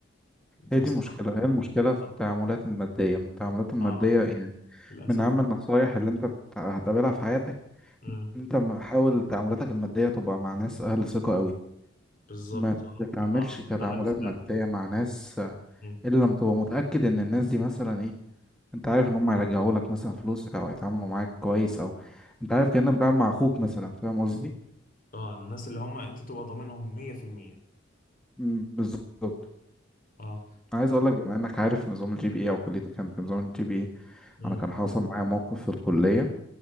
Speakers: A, on the left; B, in the centre.
A: انت
B: هي
A: مستوعب
B: دي المشكلة هي المشكلة في
A: اه
B: التعاملات المادية التعاملات المادية
A: آه،
B: يعني
A: للأسف
B: من أهم النصايح اللي أنت بت- هتقابلها في حياتك
A: امم
B: أنت م- حاول تعاملاتك المادية تبقى مع ناس أهل ثقة قوي
A: بالظبط
B: ما
A: اه
B: تتعاملش
A: آه،
B: كتعاملات
A: انا اتسلقت
B: مادية مع ناس آه،
A: أمم.
B: إلا لما تبقى متأكد إن الناس دي مثلا إيه أنت عارف إن هم هيرجعوا لك مثلا فلوسك أو هيتعاملوا معاك كويس أو أنت عارف كأنك بتتعامل مع أخوك مثلا فاهم قصدي؟
A: اه الناس اللي هم انت تبقى ضامنهم 100%
B: مم، بالظبط
A: اه
B: عايز أقول لك بما إنك عارف نظام الجي بي إيه أو كليتك كانت بنظام الجي بي إيه
A: امم
B: أنا كان حاصل معايا موقف في الكلية